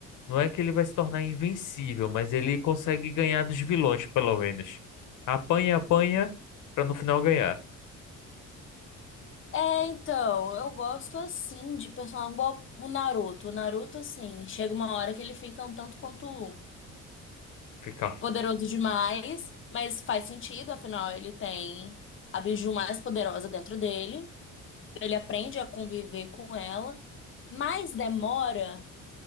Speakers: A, on the left; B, on the left.
A: Não é que ele vai se tornar invencível, mas ele consegue ganhar dos vilões, pelo menos. Apanha, apanha, pra no final ganhar.
B: É, então, eu gosto assim de personagem igual o Naruto. O Naruto, assim, chega uma hora que ele fica um tanto quanto
A: Ficar,
B: poderoso demais, mas faz sentido, afinal, ele tem a biju mais poderosa dentro dele. Ele aprende a conviver com ela, mas demora